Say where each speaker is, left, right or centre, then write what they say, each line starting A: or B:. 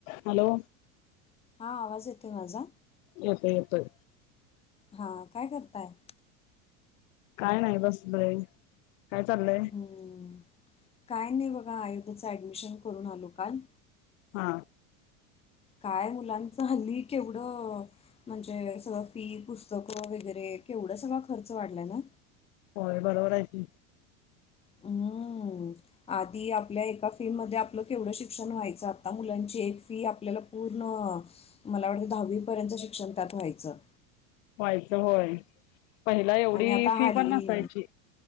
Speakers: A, on the left; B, on the left.
A: Hello.
B: हा आवाज येतोय माझा
A: येतोय.
B: हा काय करताय?
A: काय नाही बसलोय. काय चाललंय.
B: हम्म. काय नाही बघा आयुध्याच ऍडमिशन करून आलो काल.
A: हा.
B: काय मुलांचं हल्ली केवढं म्हणजे सगळं फी पुस्तकं वगैरे केवढं सगळा खर्च वाढला ना.
A: होय बरोबर आहे क
B: हम्म आधी आपल्या एका फि मध्ये आप केवढं शिक्षण व्हायचं आता मुलांची एक फी आपल्याला पूर्ण मला वाटतं दहावी पर्यंत शिक्षण त्यात व्हायचं.
A: व्हायचं होय. पहिला एवढी
B: आणि आता
A: फी
B: हल्ली
A: पण नसायची.